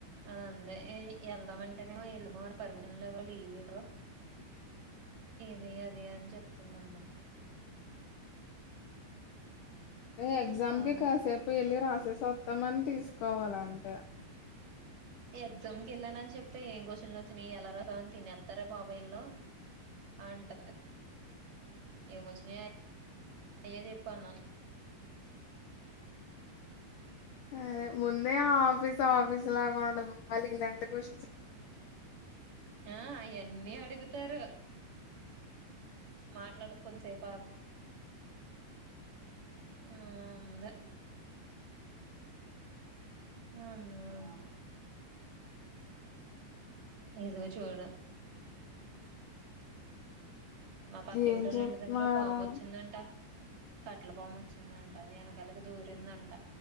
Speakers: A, on the right (about 50°); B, on the left (about 80°).
A: అ అందే ఎ ఎళ్దామంటేనేమో ఎళ్మో అని పర్మిషన్లు ఎవర్ లీవ్ ఇవ్రు ఇదీ అదీ అని చెప్తుందమ్మ
B: ఏ ఎగ్జామ్
A: అలా
B: కి కాసేపు ఎళ్ళి రాసేసి ఒత్తామని తీసుకోవాలంతే
A: ఎగ్జామ్ కెళ్ళానని చెప్ తే ఏం కొషన్లు ఒచ్చినయ్ ఎలా రాసావని తినేత్తరే బాబు ఈల్లు అంటుంది ఏమోచ్చిన <inaudible> అయ్యే చెప్పు అన్నాను
B: అదే ముందే ఆ ఆఫీస్ ఆఫీస్ లాగా ఉండదు మళ్ళి ఇలాంటి కొష
A: ఆ ఐ అన్నీ అడుగుతారు మాట్లాడు కొన్సేపాగు <inaudible> ఊ ఉంది హుమ్మ ఇదో చూడ మా పక్కింటిళ్ళ
B: ఏం చెప్తున్నారా
A: ఇంటి దగ్గర పామ్ వచ్చిందంట కట్లపాము వచ్చిందంట వెనకాలకి దూరిందంట